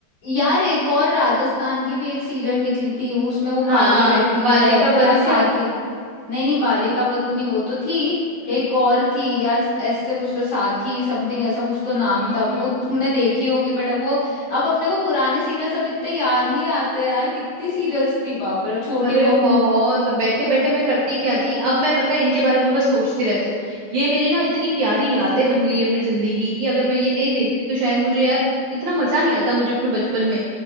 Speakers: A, on the left (about 35°); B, on the right (about 65°).
A: यार एक और राजस्थान की भी एक सीरियल निकली थी उसमें वो
B: हाँ
A: काली रहती
B: बालिका
A: है क्या
B: वधू
A: साथी
B: क्या
A: नहीं नहीं बालिका वधू नहीं वो तो थी
B: हम्म
A: एक और थी यार ऐसे कुछ तो साथी समथिंग ऐसा कुछ तो नाम
B: हम्म
A: था
B: हम्म
A: वो तुमने
B: हम्म
A: देखी होंगी बट अब वो अब अपने को पुराने सीरियल सब इतने याद नहीं आते यार कितनी सीरियल्स थी बाप रे छोटी
B: अरे
A: बहू
B: बहुत बैठे बैठे मैं करती क्या थी अब मैं पता है इनके बारे में बस सोचती रहती हूँ ये मेरी ना इतनी प्यारी यादें बन गई है अपनी जिंदगी की अगर मैं ये नहीं देखती तो शायद मुझे यार इतना मजा नहीं आता मुझे अपने बचपन में